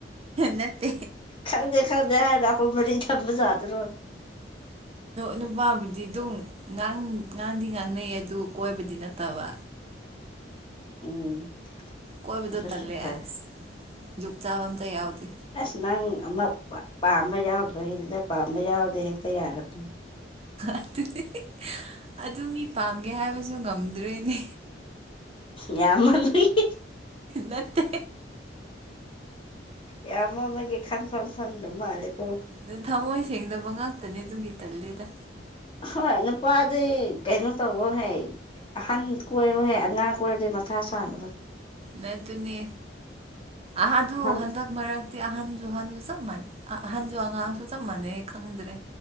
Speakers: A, on the right; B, on the left.
A: ꯅꯠꯇꯦ
B: ꯈꯪꯗꯦ ꯈꯪꯗꯦ ꯍꯥꯏꯔꯒ ꯑꯩꯈꯣꯏ ꯃꯔꯤ ꯊꯝꯕ ꯌꯥꯥꯗꯔꯣ
A: ꯅꯨꯄꯥꯕꯨꯗꯤ ꯑꯗꯨꯝꯥꯡ ꯉꯥꯡꯗꯤ ꯉꯥꯡꯅꯩ ꯑꯗꯨ ꯀꯣꯏꯕꯗꯤ ꯅꯠꯇꯕ
B: ꯎꯝ
A: ꯀꯣꯏꯕꯗꯣ
B: ꯑꯗꯨꯁꯨ
A: ꯇꯜꯂꯦ
B: ꯐꯩ
A: ꯑꯁ ꯖꯨꯛ ꯆꯥꯕ ꯑꯝꯇ ꯌꯥꯎꯗꯦ
B: ꯑꯁ ꯅꯪ ꯑꯃꯛ ꯄꯥꯝꯕ ꯌꯥꯎꯗꯕꯩꯅꯤꯗ ꯄꯥꯝꯕ ꯌꯥꯎꯔꯗꯤ ꯍꯦꯛꯇ ꯌꯥꯔꯗꯣꯏꯅꯤ
A: ꯑꯗꯨꯗꯤ ꯑꯗꯨ ꯃꯤ ꯄꯥꯝꯒꯦ ꯍꯥꯏꯕꯁꯨ ꯉꯝꯗ꯭ꯔꯣꯏꯅꯦ
B: ꯌꯥꯝ ꯅꯣꯛꯅꯤꯡ
A: ꯅꯠꯇꯦ
B: ꯑꯦ ꯑꯃ ꯃꯥꯒꯤ ꯈꯥꯟꯄꯝ ꯈꯟꯗꯃ ꯍꯥꯂꯦꯀꯣ
A: ꯑꯗꯨ ꯊꯝꯃꯣꯏ ꯁꯦꯡꯗꯕ ꯉꯥꯛꯇꯅꯦ ꯑꯗꯨꯒꯤ ꯇꯜꯂꯦꯗ
B: ꯍꯣꯏ ꯅꯨꯄꯥꯗꯤ ꯀꯩꯅꯣ ꯇꯧꯕ ꯍꯩ ꯑꯍꯟ ꯀꯣꯏꯔꯣꯍꯦ ꯑꯉꯥꯡ ꯀꯣꯏꯔꯗꯤ ꯃꯊꯥ ꯁ ꯁꯥꯅꯕꯅꯤ
A: ꯅꯠꯇꯨꯅꯦ ꯑꯍꯥꯗꯨ
B: ꯑꯍꯟ
A: ꯍꯟꯗꯛ ꯃꯔꯛ ꯑꯍꯟꯁꯨ ꯑꯍꯟꯁꯨ ꯆꯞ ꯃꯥꯟꯅꯩ ꯑꯍꯟꯁꯨ ꯑꯉꯥꯡꯁꯨ ꯆꯞ ꯃꯥꯟꯅꯩ ꯈꯪꯗ꯭ꯔꯦ